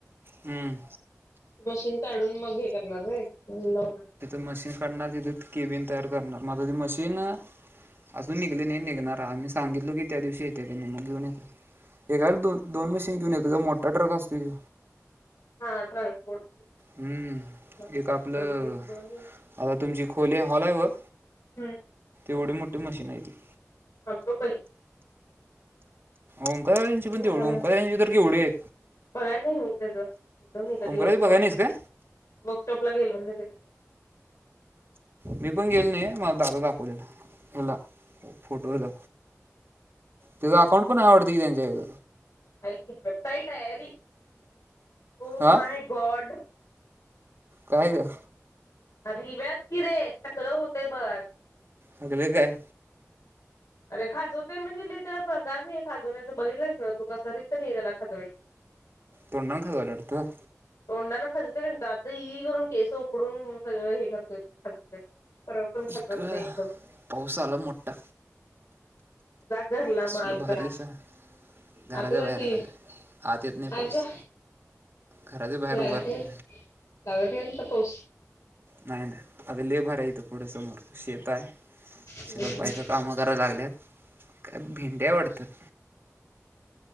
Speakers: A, on the right; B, on the left.
A: हम्म
B: मशीन काढून मग हे करणार व्हय? मग लावणार.
A: मशीन काढणार तिथे केबिन तयार करणार. म आता ते मशीन, अजून निघली नाही निघणार हाय. आम्ही सांगितलं की त्या दिवशी येते त्यांनी मग घेऊन य. एकाला दो दोन मशीन घेऊन येतोय ग, मोठा ट्रक असतोय त्यो.
B: हा ट्रान्सपोर्ट
A: हम्म
B: दोन
A: एक आपलं,
B: दिव दोन दिवस
A: आता तुमची खोले हॉल हाय बग
B: हम्म.
A: एवढी मोठी मशीन हाय ती.
B: अगं बई!
A: ओंकारदांची पण
B: जागा
A: तेवढं ओंकारदाची
B: लागणार
A: तर केवढी हाय
B: बघायला नाही मी त्याच. गेलो नाही कधी
A: ओंकाराची
B: वर्कशॉपला.
A: बघाय नाहीस काय?
B: वर्कशॉप ला गेलो नाही त्याच्या कधी
A: मी पण गेली नाही. मला दादा दाखवलेला हेला फोटोवर दा त्याचा अकाउंट पण आहे आवडतं की त्यांच्या इथ.
B: हाय की वेबसाइट आहेरी. ओ
A: हा
B: माय गॉड!
A: काय ग
B: रिव्याच कि रे टकलं होते बस.
A: झाल काय
B: अरे खाजवते म्हणजे ल त्याला प्रकार नाही खाजवण्याचं बैरलंच ना तू कस र तर नाही त्याला खजवायची ह
A: तोंडाने खजवल्लय वाटत
B: तोंडाना खाजत तर आता इ करून केस उकडून सगळं हे करतोय तो खाजवत. परवा पण
A: इका
B: नाही एकदम
A: पाउस आला मोठा
B: जा करला
A: कसलं
B: माझा
A: भारी दिसा घराच्या
B: आता जा
A: बाहेरच
B: की
A: आत येत नाही
B: आता
A: पाऊस
B: जा
A: घराच्या बाहेर
B: लागत
A: उभारलोय
B: नई लागत नई तिथं पाऊस
A: नाही नाही अगले भार इथं पुढ समोर शेत आहे
B: हम्म.
A: शेतात बायका काम करायला लाग गल्यात भिंडया वाटत.